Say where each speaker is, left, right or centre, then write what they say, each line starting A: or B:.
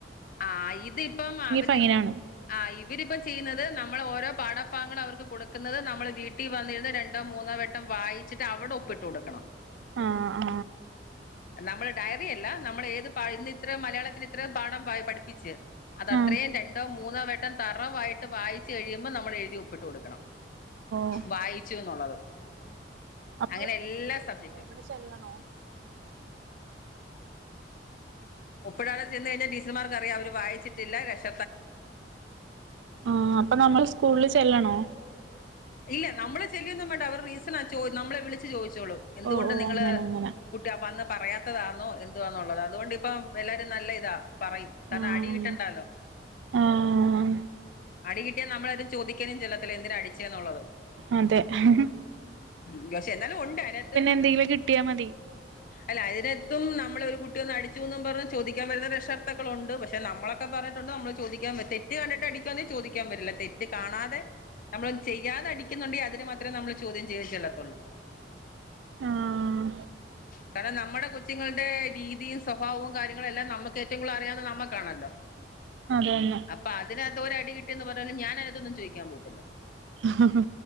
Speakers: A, on the left; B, on the right.
A: ആ ഇതിപ്പം അവര്
B: ഫൈനാണ്
A: ആ ഇവരിപ്പം ചെയ്യുന്നത് നമ്മൾ ഓരോ പാട ഭാഗങ്ങൾ അവർക്ക് കൊടുക്കുന്നത് നമ്മൾ വീട്ടിൽ വന്നിരുന്ന് രണ്ടോ മൂന്നോ വട്ടം വായിച്ചിട്ട് അവിടെ ഒപ്പിട്ട് കൊടുക്കണം.
B: ആ ആ
A: നമ്മള് ഡയറി അല്ല നമ്മൾ ഏത് പ ഇന്ന് ഇത്രം മലയാളത്തിന് ഇത്രയും പാഠം പ പഠിപ്പിച്ച് അതത്രയും
B: ആ ആ
A: രണ്ടോ, മൂന്നാം വട്ടം തറവായിട്ട് വായിച്ച് കഴിയുമ്പോ നമ്മൾ എഴുതി ഒപ്പിട്ട് കൊടുക്കണം.
B: ഓ
A: വായിച്ചു എന്നുള്ളത്
B: നമ്മള്
A: അങ്ങനെ എല്ലാ സബ്ജക്ടും
B: ഇവിടെ ചെല്ലണോ
A: ഉപ്പഴാട ചെന്ന് കഴിഞ്ഞാൽ ടീച്ചർമാർക്ക് അറിയ അവര് വായിച്ചില്ല രക്ഷ
B: ആഹ് അപ്പൊ നമ്മൾ സ്കൂളില് ചെല്ലണോ
A: ഇല്ല നമ്മള് ചെല്ലൊ ഒന്നും വേണ്ട അവർ റീ സണ് ചോ നമ്മളെ വിളിച്ച് ചോയിച്ചോളും എന്തുകൊണ്ട്
B: ഓ ഓ
A: നിങ്ങള്
B: അങ്ങനെ അങ്ങനെ
A: കുട്ടി ആ വന്ന പറയാത്തതാണോ എന്തുവാന്നുള്ളത് അതുകൊണ്ട് ഇപ്പം എല്ലാരും നല്ല ഇതാ പറയും കര്ണം
B: ആഹ്
A: അടി കിട്ടണ്ടാലോ
B: ആഹ്
A: അടി കിട്ടിയാ നമ്മളാരും ചോദിക്കാനും ചെല്ലത്തില്ല എന്തിനാ അടിച്ചേന്നുള്ളത്
B: അതെ ഹ് ഹ് മ്
A: ഉം പക്ഷെ എന്നാലും ഉണ്ട് അതിനകത്തും
B: എന്തെങ്കിലും കിട്ടിയാ മതി
A: അല്ല അതിനത്തും നമ്മള് ഒരു കുട്ടിയെ ഒന്ന് അടി ടിച്ചൂന്നും പറഞ്ഞു ചോദിക്കാൻ വരുന്ന രക്ഷർത്താക്കൾ ഉണ്ട് പക്ഷെ നമ്മളൊക്കെ പറഞ്ഞിട്ടുണ്ട് നമ്മൾ ചോദിക്കാൻ വ തെറ്റ് കണ്ടിട്ട് അടിക്കുവാന്നേ ചോദിക്കാൻ വരില്ല തെറ്റ് കാണാതെ നമ്മൾ ചെയ്യാതെ അടിക്കുന്നുണ്ടെയ് അതിന് മാത്രേ നമ്മള് ചോദ്യം <unintelligible> ചെല്ലത്തൊള്ളൂ
B: ആഹ്
A: കാരണം ന മ്മടെ കൊച്ചുങ്ങളുടെ രീതിയും സ്വഭാവവും കാര്യങ്ങളുംമെല്ലാം നമുക്ക് ഏറ്റവും കൂടുതൽ അറിയാവുന്നെ നമ്മക്കാണല്ലോ
B: അതന്നെ
A: അപ്പൊ അതിനാ തോ ഒരടി കിട്ടിയന്ന് പറഞ്ഞാലും ഞാൻ അതിനത്തൊന്നും ചോയ്ക്കാൻ പോവത്തില്ല
B: ഹ ഹാ